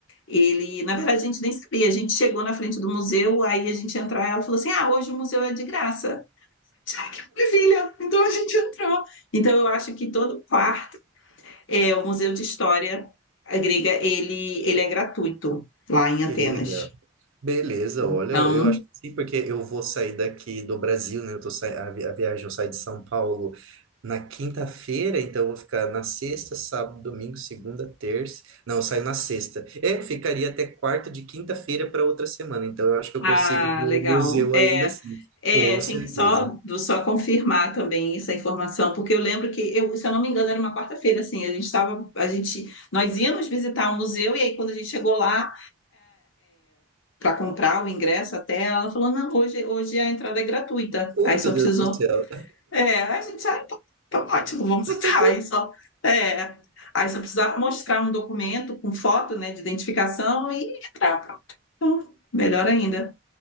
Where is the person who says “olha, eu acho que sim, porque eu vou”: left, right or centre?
Right